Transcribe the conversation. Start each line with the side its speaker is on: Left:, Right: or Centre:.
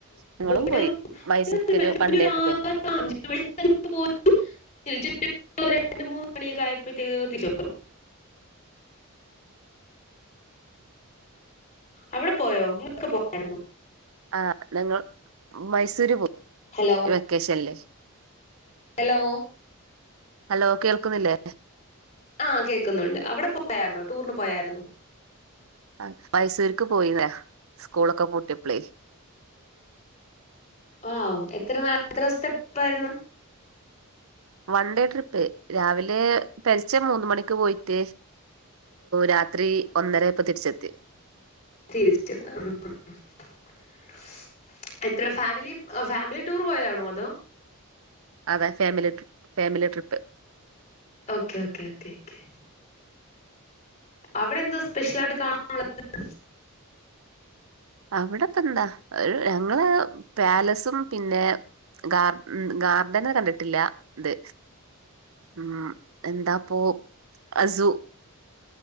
Right: ഞങ്ങളും
Left: പോയിട്ട്
Right: പോയി മൈസൂക്കൊരു
Left: വെളുപ്പിന്
Right: വൺഡേ
Left: ഒരു
Right: ട്രിപ്പേ
Left: ആറ് <unintelligible> തിരിച്ച് എത്തിയപ്പോ രണ്ട് മൂന്ന് മണിയൊക്ക ആയപ്പോഴത്തേക്ക്ത്തിരിച്ചോന്നു
Right: <inaudible>
Left: അവിടെപ്പോയോ <unintelligible> പോയായിരുന്നു.
Right: ആ ഞങ്ങൾ മൈസൂര് പോയി
Left: ഹലോ
Right: വെക്കേഷൻല്ലേ
Left: ഹലോ
Right: ഹലോ കേൾക്കുന്നില്ലേ
Left: ആ കേക്കുന്നുണ്ട് അവടെ പോയാര്ന്നോ ടൂറിന് പോയാര്ന്നോ
Right: ആ മൈസൂര്ക്ക് പോയിണെ സ്കൂളൊക്കെ പൂട്ടിപ്പളേ
Left: ആഹ് എത്ര നാ എത്ര ദിവസത്തെ പ്പായിരുന്നു
Right: വൺ ഡേ ട്രിപ്പ് രാവിലെ പെലച്ചെ മൂന്നു മണിക്ക് പോയിട്ട് രാത്രി ഒന്നരായപ്പോ തിരിച്ചെത്തി
Left: തിരിച്ചത്താം <unintelligible> എത്ര ഫാമിലി? ഫാമിലി ടൂറ് പോയതാണോ അതോ
Right: അതാ family family trip
Left: okay okay okay ക്കേ അവിടെന്താ സ്പെഷ്യലായിട്ട് കാണാനുള്ളത്.
Right: അവിടെപ്പന്താ ഒരു ഞങ്ങള് പാലസും പിന്നെ ഗാർഡ ഗാർഡന് കണ്ടിട്ടില്ല ഇത് ഉം എന്താപ്പോ അസു